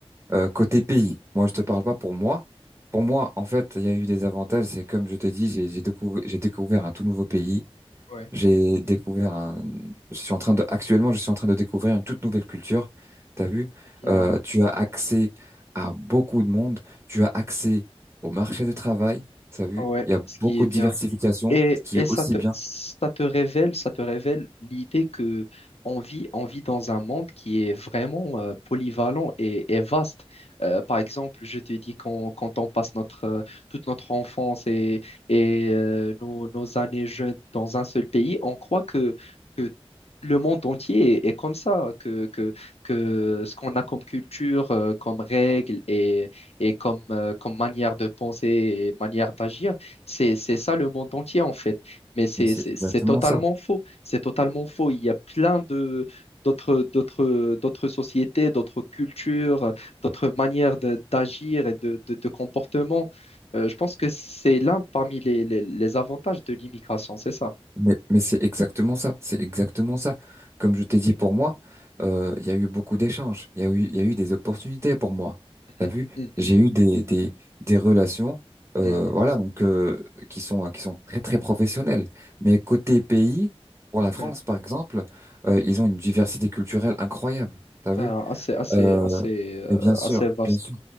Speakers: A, on the right; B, on the left.
A: Euh, côté
B: oui,
A: pays, moi je te parle pas pour moi. Pour moi, en fait, il y a eu des avantages. C'est comme je te dis, j'ai j'ai découvert, j'ai découvert un tout nouveau pays.
B: ouais.
A: J'ai découvert un. Je suis en train de. Actuellement, je suis en train de découvrir une toute nouvelle culture. T'as vu?
B: C'est bien,
A: Euh, tu as
B: c'est
A: accès
B: bien.
A: à beaucoup de monde. Tu as accès au marché du travail. T'as vu?
B: Ah Ouais,
A: Il y a
B: ce
A: beaucoup
B: qui est bien.
A: de diversification,
B: Et,
A: ce qui
B: et
A: est
B: ça
A: aussi
B: te,
A: bien.
B: ça te révèle, ça te révèle l'idée que on vit, on vit dans un monde qui est vraiment euh, polyvalent et, et vaste. Euh, par exemple, je te dis qu'on- quand on passe notre, euh, toute notre enfance et, et euh, nos, nos années jeunes dans un seul pays, on croit que, que le monde entier est, est comme ça, que, que, que ce qu'on a comme culture, euh, comme règles et, et comme, euh, comme manière de penser et manière d'agir c'est, c'est ça le monde entier en fait. Mais c'est
A: Mais c'est
B: c'est-
A: exactement
B: c'est totalement
A: ça.
B: faux. C'est totalement faux. Il y a plein de d'autres d'autres d'autres sociétés, d'autres cultures, d'autres manières de- d'agir et de, de, de comportement. Euh, je pense que c'est l'un parmi les, les, les avantages de l'immigration, c'est ça.
A: Mais, mais c'est exactement ça, c'est exactement ça. Comme je t'ai dit pour moi, euh, il y a eu beaucoup d'échanges, il y a eu, il y a eu des opportunités pour moi.
B: Mhm,
A: T'as vu?
B: mhm,
A: J'ai eu des, des, des relations, euh,
B: mhm.
A: voilà, donc euh, qui sont qui sont très très professionnelles. Mais côté pays, pour la France
B: Ouais.
A: par exemple, euh, ils ont une diversité culturelle incroyable. T'as vu?
B: Euh, assez assez
A: Euh,
B: assez euh,
A: et bien sûr,
B: assez vaste.
A: bien sûr,